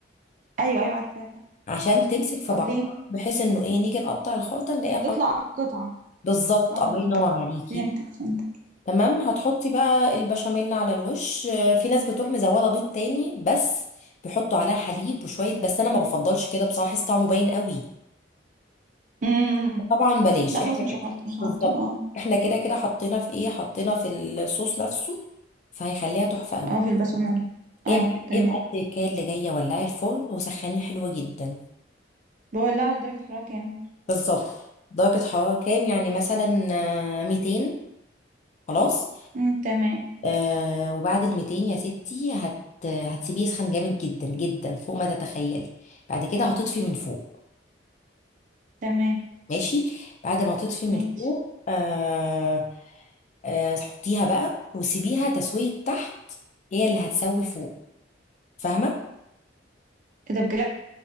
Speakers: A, on the right; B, on the left.
A: ايوه ايوه عارفه
B: عشان تمسك في
A: طب
B: بعضها
A: ليه
B: بحيث انه ايه نيجي نقطع الخلطه نلاقيها
A: تطلع
B: خلطه
A: قطعه
B: بالظبط
A: اه
B: الله ينور عليكي
A: فهمتك فهمتك
B: تمام هتحطي بقى البشاميل على الوش آه، في ناس بتروح مزوده بيض تاني بس بيحطوا عليها حليب وشويه بس انا ما بفضلش كده بصراحه احس طعمه باين قوي
A: امم
B: طبعا بلاش
A: لا
B: احنا
A: خلاص مش
B: كده
A: هحطه مش
B: بالظبط
A: هحطه اه
B: احنا كده كده حطينا في ايه حطينا في الصوص نفسه فهيخليها تحفه قوي
A: اه في البشاميل اه
B: ايه بقى-
A: تمام
B: ايه بقى التكال اللي جايه ولعي الفرن وسخنيه حلوه جدا
A: بولعه على درجة حرارة كام
B: بالظبط درجه حراره كام يعني مثلا آه، 200 خلاص
A: امم تمام
B: آه وبعد ال 200 يا ستي هت هتسيبيه يسخن جامد جدا جدا فوق ما تتخيلي بعد كده هتطفي من فوق
A: تمام
B: ماشي بعد ما تطفي من
A: ماشي
B: فوق آه آه حطيها بقى وسيبيها تسوية تحت هي اللي هتسوي فوق فاهمة
A: ايه ده بجد